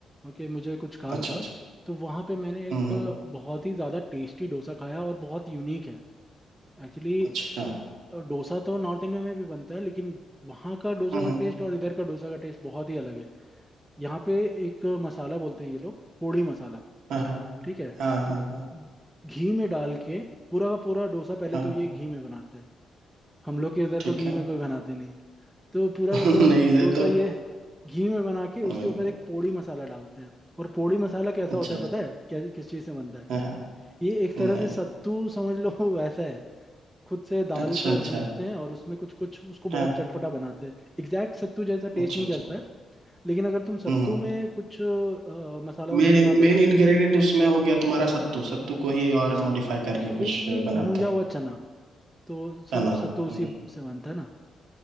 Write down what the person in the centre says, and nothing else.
ओके मुझे कुछ काम
था
तो वहाँ पे मैंने एक
अ, बहुत ही ज़्यादा टेस्टी डोसा खाया और बहुत यूनिक है एक्चुअली
डोसा तो नॉर्थ इंडिया में भी बनता है लेकिन वहाँ का डोसा
का टेस्ट और इधर का डोसा का टेस्ट बहुत ही अलग है यहाँ पे एक मसाला बोलते हैं ये लोग पोड़ी मसाला
ठीक है
तो
घी में डाल के पूरा का पूरा डोसा पहले
तो ये घी में बनाते हैं हम लोग के इधर
तो घी
में कोई बनाते नहीं है तो पूरा
का पूरा
हम
डोसा
ये घी में बना के उसके
ऊपर एक पोड़ी मसाला डालते हैं और पोड़ी मसाला कैसा
होता है पता है क्या किस चीज से बनता है
ये एक
तरह
से सत्तू समझ लो <laughs> वैसा है खुद से दाल
को
भूंजते हैं और उसमें कुछ कुछ उसको बहुत
चटपटा बनाते हैं एग्जैक्ट सत्तू जैसा टेस्ट
नहीं
करता है लेकिन अगर तुम सत्तू
में कुछ अ, मसाला वगैरह
डालो
ना
बेसिकली
भूंजा
हुआ चना तो स-
सत्तू
उसी से बनता है ना